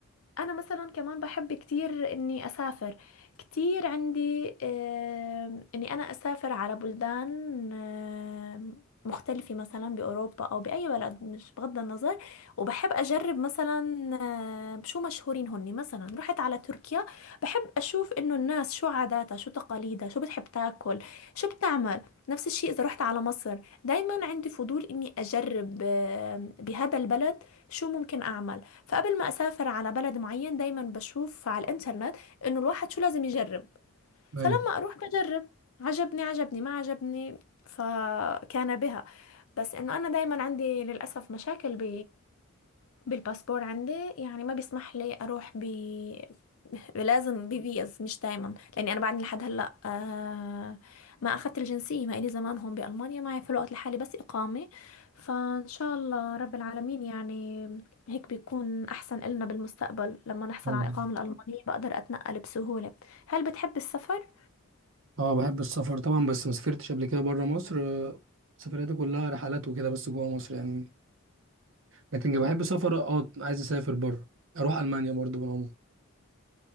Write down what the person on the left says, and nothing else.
انا مثلا كمان بحب كتير اني اسافر كتير عندي آم، اني انا اسافر على بلدان آم، مختلفة مثلا بأوروبا أو بأي بلد مش بغض النظر وبحب أجرب مثلا آم، شو مشهورين هني مثلا رحت على تركيا بحب أشوف إنه الناس شو عاداتها شو تقاليدها شو بتحب تاكل شو بتعمل نفس الشيء إذا رحت على مصر دايما عندي فضول إني أجرب آم، بهذا البلد شو ممكن أعمل فقبل ما اسافر على بلد معين دايما بشوف على الانترنت انه الواحد شو لازم يجرب فلما
اروح بجرب عجبني عجبني ما عجبني فكان بها بس انه انا دايما عندي للاسف مشاكل ب بالباسبور عندي يعني ما بيسمح لي اروح ب <laughs> لازم بفيز مش دايما لاني انا بعدني لحد هلا آه ما اخذت الجنسيه ما الي زمان هون بالمانيا معي في الوقت لحالي بس اقامه فان شاء الله رب العالمين يعني هيك بيكون احسن إلنا بالمستقبل لما نحصل
على الاقامه الالمانيه بقدر اتنقل بسهوله هل بتحب السفر